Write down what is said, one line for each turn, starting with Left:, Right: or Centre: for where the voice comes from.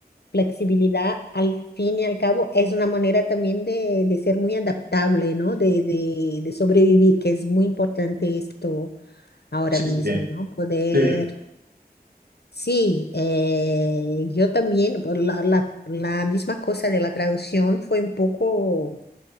Left: flexibilidad, al fin y al cabo, es una manera también de, de ser muy adaptable, ¿no? De, de, de sobrevivir, que es muy importante esto ahora
Right: sí,
Left: mismo,
Right: sí,
Left: ¿no? Poder,
Right: sí,
Left: sí, eh, yo también, por la, la, la misma cosa de la traducción fue un poco,